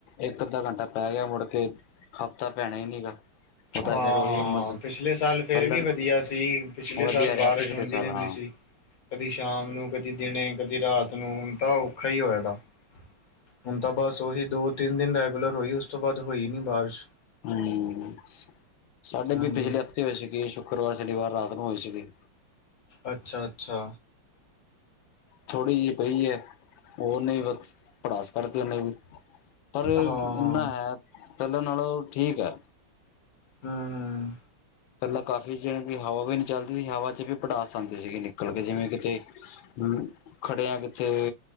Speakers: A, on the left; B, on the left.
A: ਇੱਕ-ਅੱਧਾ ਘੰਟਾ ਪੈ ਗਿਆ ਮੁੜ ਕੇ ਹਫ਼ਤਾ ਪੈਣਾ ਈਨੀ ਗਾ। ਉਹ ਤਾਂ
B: ਹਾਂ-ਹਾਂ
A: ਫੇਰ ਉਹੀ ਉਮਸ
B: ਪਿਛਲੇ ਸਾਲ ਫਿਰ
A: ਪਹਿਲਾਂ
B: ਵੀ ਵਧੀਆ ਸੀ ਪਿਛਲੇ
A: ਵਧੀਆ
B: ਸਾਲ
A: ਰਿਹਾ
B: ਬਾਰਿਸ਼
A: ਪਿਛਲੇ
B: ਹੁੰਦੀ
A: ਸਾਲ
B: ਰੈਂਦੀ
A: ਹਾਂ
B: ਸੀ। ਕਦੀ ਸ਼ਾਮ ਨੂੰ, ਕਦੀ ਦਿਨੇ ਲ, ਕਦੀ ਰਾਤ ਨੂੰ ਤਾਂ ਔਖਾ ਹੀ ਹੋਇਆ ਤਾ ਹੁਣ ਤਾਂ ਬਸ ਓਹੀ ਦੋ-ਤਿੰਨ ਦਿਨ ਰੈਗੂਲਰ ਹੋਈ ਉਸ ਤੋਂ ਬਾਦ ਹੋਈ ਨੀ ਬਾਰਿਸ਼।
A: ਹੂੰ ਸਾਡੇ
B: ਹਾਂਜੀ
A: ਵੀ ਪਿਛਲੇ ਹਫ਼ਤੇ ਹੋਏ ਸੀਗੇ ਸੁੱਕਰਵਾਰ, ਸ਼ਨੀਵਾਰ ਰਾਤ ਨੂੰ ਹੋਏ ਸੀਗੇ।
B: ਅੱਛਾ, ਅੱਛਾ।
A: ਥੋੜ੍ਹੀ ਜੀ ਪਈ ਐ ਉਨੇ ਵੀ ਬਸ ਪੜਾਸ ਕਡਤੀ ਉਨੇ ਵੀ ਪਰ ਇੰਨਾ
B: ਹਾਂ ਹਾਂ
A: ਹੈ ਪੈਲਾਂ ਨਾਲੋਂ ਠੀਕ ਐ।
B: ਹੂੰ-ਹੂੰ
A: ਪੈਲਾਂ ਕਾਫ਼ੀ ਜਿਣੀ ਕੀ ਹਵਾ ਵੀ ਨੀ ਚੱਲਦੀ ਸੀ ਹਵਾ ਚ ਵੀ ਪੜਾਸ ਆਂਦੀ ਸੀਗੀ ਨਿਕਲ ਕੇ ਜਿਵੇਂ ਕਿਤੇ ਹੂੰ ਖੜੇ ਆ ਕਿਥੇ